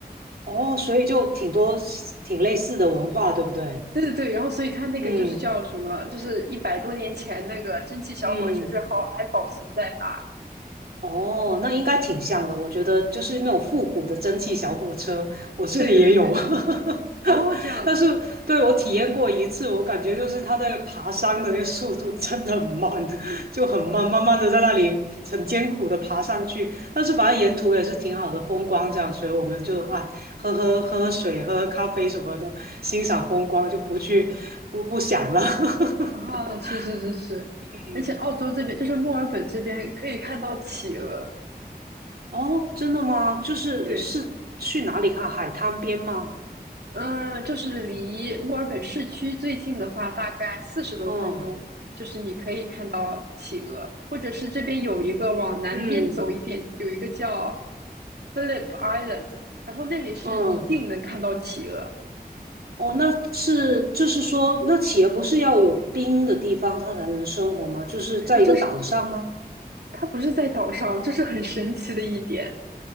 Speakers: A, on the right; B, on the right.
A: 哦，所以就挺多挺类似的文化，对不对？
B: 对对对，然后所以它那个就是叫什么，
A: 嗯
B: 就是一百多年前那个蒸汽小火车之好还保存在那儿。
A: 嗯。哦，那应该挺像的。我觉得就是那种复古的蒸汽小火车，我这里也有。
B: 对对对对对，
A: <laughs>
B: 哦，这样子
A: 但是对我体验过一次，我感觉就是它在爬山的那个速度真的很慢，<laughs> 就很慢，慢慢的在那里很艰苦的爬上去。但是反正沿途也是挺好的风光，这样，所以我们就啊喝喝喝喝水，
B: 啊
A: 喝喝咖啡什么的，欣赏风光，就不去不不想了。<laughs>
B: 啊，是是是是，
A: 嗯。
B: 而且澳洲这边就是墨尔本这边可以看到企鹅，
A: 哦，真的吗？就是是去哪里看海滩边吗？
B: 对，嗯，就是离墨尔本市区最近的话，大概四十多分钟，
A: 嗯
B: 就是你可以看到企鹅，或者是这边有一个往南边走一点，
A: 嗯
B: 有一个叫 Phillip Island，然后那里是一定能看到企鹅，
A: 嗯，哦，那是就是说，那企业不是要有冰的地方它才能生活吗？就是在一个岛上吗？
B: 诶就是它不是在岛上，这是很神奇的一点，